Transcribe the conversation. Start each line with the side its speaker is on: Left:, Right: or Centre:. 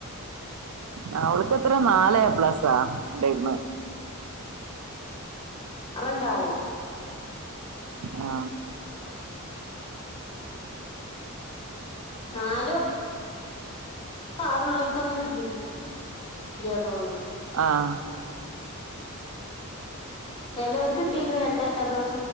Right: ആ അവൾ ക്കെത്ര നാല എ പ്ലസ്സാ ഉണ്ടായിന്ന്
Left: അവണ്ടാവും
Right: ആ
Left: നാലോ <unintelligible> ഉള്ളോൽക്കൊന്നും കിട്ടീട്ടില്ല തോ
Right: ആഹ്
Left: ചെലവർക്ക് കിട്ടീക്ക്ണ് രണ്ടേ <unintelligible>